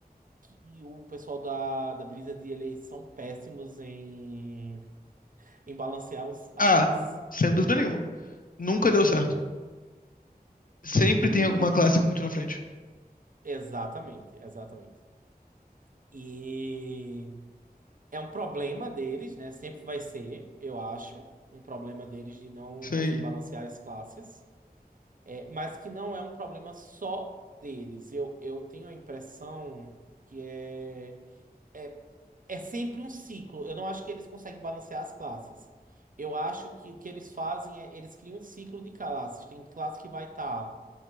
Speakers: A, on the right; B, on the left.
A: que o pessoal da, da Blizzard, eles são péssimos em, em balancear os- as
B: Ah,
A: classes.
B: sem dúvida nenhuma. Nunca deu certo. Sempre
A: e
B: tem alguma classe muito na frente.
A: Exatamente, exatamente. E é um problema deles, né? Sempre vai ser, eu acho, um problema deles de não
B: Sim,
A: conseguir balancear as classes, é, mas que não é um problema só deles. Eu, eu tenho a impressão que é, é, é sempre um ciclo. Eu não acho que eles conseguem balancear as classes. Eu acho que o que eles fazem é eles criam um ciclo de classes. Tem classe que vai estar